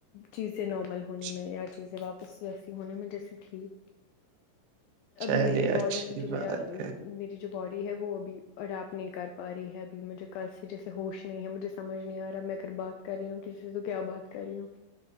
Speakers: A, on the left; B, on the right.
A: چیزیں نارمل ہونے
B: اچھا
A: میں یا چیزیں واپس ویسی ہونے میں جیسی ٹھیک ابھی
B: چلیے
A: میری
B: اچھی
A: باڈی جو
B: بات
A: میرا
B: ہے
A: میری جو باڈی ہے وہ ابھی اور آپ نہیں کر پا رہی ہے ابھی مجھے کل سے جیسے ہوش نہیں ہے مجھے سمجھ نہیں آ رہا ہے میں اگر بات کر رہی ہوں کسی سے تو کیا بات کری ہوں